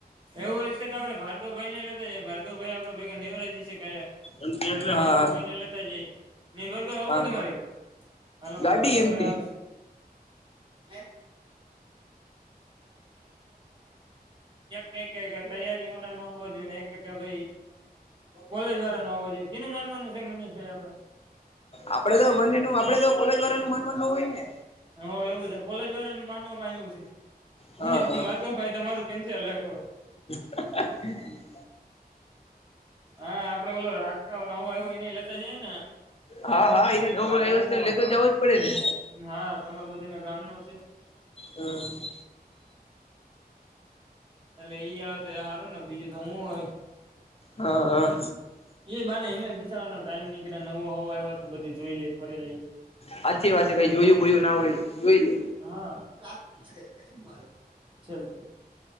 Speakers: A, on the right (about 30°); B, on the left (about 40°).
A: એવું રસ્તે તો આપણે ભાર્ગવ ભાઈ ને લેતા જએ ભાર્ગવ ભાઈ આપડે ભેગા નેવરાજી છે ખાલે.
B: એમટી
A: પેલે
B: એટલે હા
A: ભાર્ગવ ભાઈને લેતા જઈ. નહી વાગ આવું
B: હા
A: ને તમારી હાલ ભાઈ
B: ગાડી
A: ભાર્ગવ
B: એમટી
A: આવે <inaudible> <inaudible> કે કે ભાઈ કોલેજ વાળા ન હોવા જોઈએ કેનું માનવાનું છે મનીષભાઈ આપડે.
B: આપડે તો બંને ન આપડે તો કોલેજ વાળા ન મન નવું હોય ને.
A: હ એવું છે કોલેજ વાળા નું માનવામાં આવું છે. ભાઈ
B: હા
A: બાળકો ભાઈ તમારું કેન્સલ રાખો ભાઈ.
B: <inaudible>
A: હા આપડે બોલો રાખતા નવું આવું એને લેતા જઈએ ને.
B: હા હા એને વસ્તે તો જવું જ પડે ને.
A: હા તમારા બધી ના ગામ ન છે.
B: હા.
A: એટલે ઈ આવે ત હારો ને બીજું તો હું હોય.
B: હા હા
A: એ બાને એને વિચારવાનો ટાઈમ નીકળે નવું હોવ આવ તો બધું જોઈ લે. <inaudible>
B: સાચી વાત છે કઈ જોયું બોલું ના હોય જોઈ લે.
A: <unintelligible>